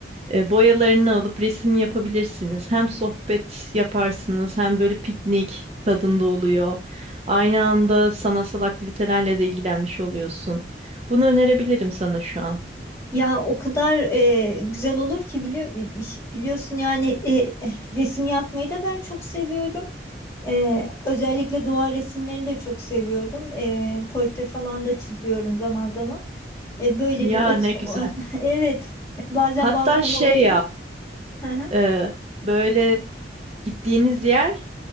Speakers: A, on the right (about 35°); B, on the left (about 15°).
A: e, boyalarını alıp resim yapabilirsiniz. Hem sohbet yaparsınız hem böyle piknik tadında oluyor. Aynı anda sanatsal aktivitelerle de ilgilenmiş oluyorsun. Bunu önerebilirim sana şu an.
B: Ya o kadar e, güzel olur ki biliyor, biliyorsun yani e, eh, resim yapmayı da ben çok seviyorum. Ee, özellikle doğa resimlerini de çok seviyorum. Ee, portre falan da çiziyorum zaman zaman. Ee, böyle
A: Ya
B: bir ot
A: ne güzel.
B: <laughs> evet bazen
A: Hatta
B: balkona
A: şey
B: oturup
A: yap,
B: <laughs>
A: e, böyle gittiğiniz yer